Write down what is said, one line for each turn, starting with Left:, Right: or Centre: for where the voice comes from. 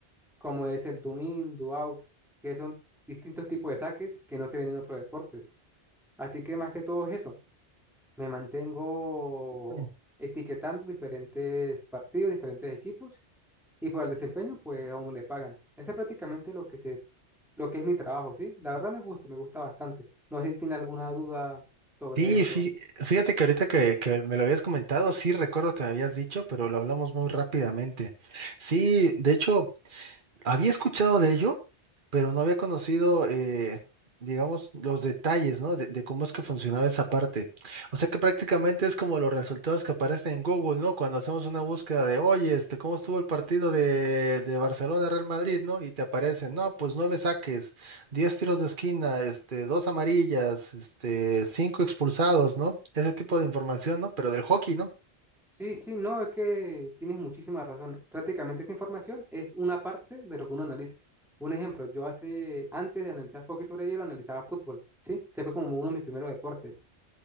Centre: como es el do in, do out, que son distintos tipos de saques que no se ven en otros deportes. Así que más que todo es eso, me mantengo
Right: Mm.
Centre: etiquetando diferentes partidos, diferentes equipos y por el desempeño, pues a uno le pagan. Ese es prácticamente lo que se, lo que es mi trabajo, ¿sí? La verdad me gusta, me gusta bastante. No sé si tiene alguna duda sobre
Right: Sí,
Centre: eso.
Right: fí- fíjate que ahorita que, que me lo habías comentado, sí recuerdo que me habías dicho, pero lo hablamos muy rápidamente. Sí, de hecho. Había escuchado de ello, pero no había conocido, eh, digamos, los detalles, ¿no? De, de cómo es que funcionaba esa parte. O sea que prácticamente es como los resultados que aparecen en Google, ¿no? Cuando hacemos una búsqueda de, oye, este, ¿cómo estuvo el partido de, de Barcelona-Real Madrid, ¿no? Y te aparecen, no, pues nueve saques, diez tiros de esquina, este, dos amarillas, este, cinco expulsados, ¿no? Ese tipo de información, ¿no? Pero del hockey, ¿no?
Centre: Sí, sí, no, es que tienes muchísimas razones. Prácticamente esa información es una parte de lo que uno analiza. Un ejemplo, yo hace, antes de analizar hockey sobre hielo, analizaba fútbol, ¿sí? Este fue como uno de mis primeros deportes.